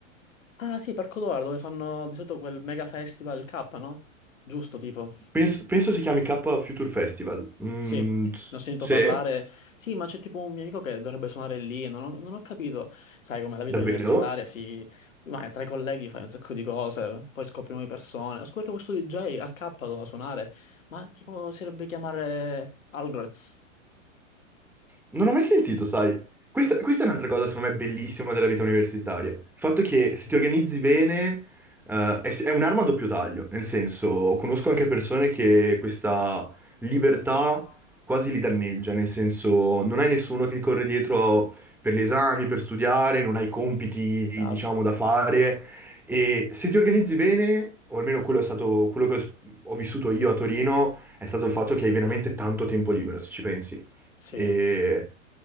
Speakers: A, on the left; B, in the centre.
A: Ah, sì, Parco Dora, dove fanno di solito quel mega festival, il K, no? Giusto, tipo.
B: Penso, penso si chiami K Future Festival. Mm,
A: Sì, ne
B: s-
A: ho sentito
B: sì,
A: parlare. Sì, ma c'è tipo un mio amico che dovrebbe suonare lì. Non ho, non ho capito. Sai, come la vita
B: davvero?
A: universitaria si. Vai tra i colleghi fai un sacco di cose, poi scopri nuove persone. Ascolta questo DJ al K doveva suonare, ma tipo si dovrebbe chiamare Algrez.
B: Non ho mai sentito, sai. Questa,
A: No,
B: questa è un'altra cosa, secondo me, bellissima della vita universitaria. Il fatto che se ti organizzi bene, eh, è, è un'arma a doppio taglio. Nel senso, conosco anche persone che questa libertà quasi li danneggia. Nel senso, non hai nessuno che ti corre dietro per gli esami, per studiare, non hai compiti,
A: chiaro.
B: diciamo, da fare. E se ti organizzi bene, o almeno quello è stato quello che ho ho vissuto io a Torino, è stato il fatto che hai veramente tanto tempo libero, se ci pensi.
A: Sì.
B: E